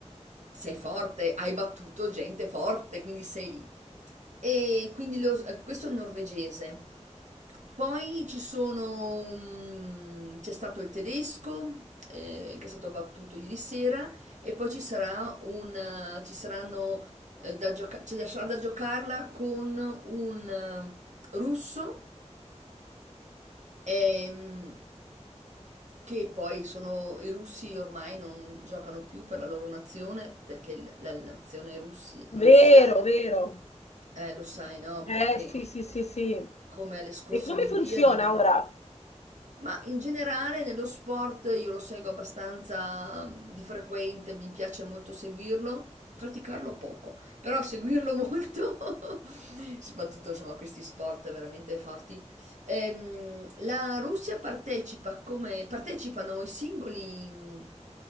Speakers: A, on the right (about 75°); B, on the left (about 65°).
A: sei forte, hai battuto gente forte, quindi sei lì. E quindi lo- eh, questo è un norvegese. Poi ci sono, mm, c'è stato il tedesco eh, che è stato battuto ieri sera e poi ci sarà un, eh, ci saranno eh, da gioca- cioè, sarà da giocarla con un eh, russo ehm, che poi sono i russi ormai non giocano più per la loro nazione perché la, la nazione russi- Russia
B: Vero, vero.
A: eh, lo sai, no?
B: Eh,
A: Perché
B: sì, sì, sì, sì.
A: come alle scorse
B: E come
A: Olimpiadi
B: funziona
A: non
B: ora?
A: Ma in generale nello sport io lo seguo abbastanza mm, di frequente, mi piace molto seguirlo, praticarlo poco, però seguirlo molto, <laughs> soprattutto insomma questi sport veramente forti. Ehm, la Russia partecipa come partecipano i singoli mm,